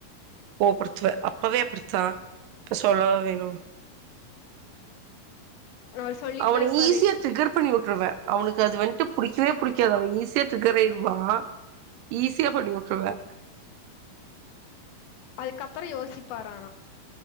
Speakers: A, on the right; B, on the left.
A: கோவ படுத்துவே அப்பவே அப்படிதா இப்ப சொல்லவா வேணு
B: அவரு சொல்லிட்டுலா
A: அவனுங்க
B: இருப்பாரு
A: ஈசியா ட்ரிக்கர் பண்ணி விட்டுருவே அவனுக்கு அது வண்டு புடிக்கவே புடிக்காது அவ ஈஸியா ட்ரிக்கர் ஆகிருவா ஈஸியா பண்ணிவிட்டுருவே
B: அதுக்கப்புறோ யோசிப்பாரா